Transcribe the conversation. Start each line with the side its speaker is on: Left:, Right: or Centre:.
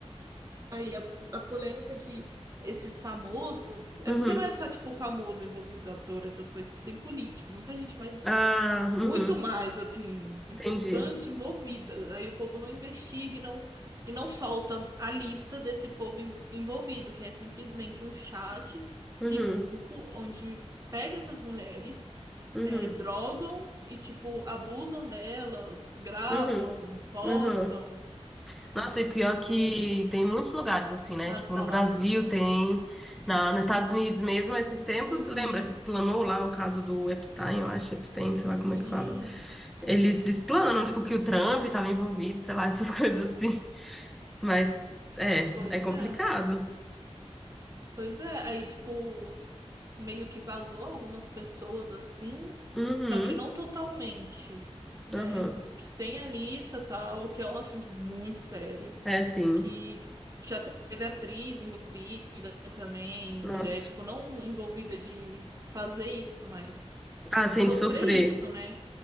Right: aí a, a polêmica de esses famosos. É
Centre: Uhum.
Right: porque não é só, tipo, famoso envolvido, ator, essas coisas. Tem político, muita gente mais.
Centre: Ah, uhum.
Right: muito mais assim importante
Centre: Entendi.
Right: envolvida. Aí o povo não investiga e não, e não solta a lista desse povo en- envolvido, que é simplesmente um chat
Centre: Uhum.
Right: de grupo onde pega essas mulheres,
Centre: Uhum.
Right: eh, drogam e tipo abusam delas, gravam,
Centre: Uhum.
Right: postam
Centre: Uhum. Nossa, e pior que
Right: e
Centre: tem muitos lugares assim, né?
Right: nas
Centre: Tipo,
Right: baladas.
Centre: no Brasil tem, na, nos Estados Unidos mesmo, esses tempos,
Right: Uhum,
Centre: lembra que explanou lá o caso do Epstein, eu acho, Epstein, sei lá como
Right: sim,
Centre: é que fala. Eles explanam, tipo, que o Trump estava envolvido, sei lá, essas <laughs> coisas assim. Mas é,
Right: pois
Centre: é complicado.
Right: é. Pois é, aí tipo meio que vazou algumas pessoas assim,
Centre: Uhum,
Right: só que não totalmente, né?
Centre: uhum.
Right: Que tem a lista tal, que é um assunto muito sério,
Centre: É sim.
Right: que já teve atriz envolvida também, mulher,
Centre: Nossa.
Right: tipo, não envolvida de fazer isso, mas
Centre: Ah, sim,
Right: sofrer
Centre: de sofrer.
Right: isso, né?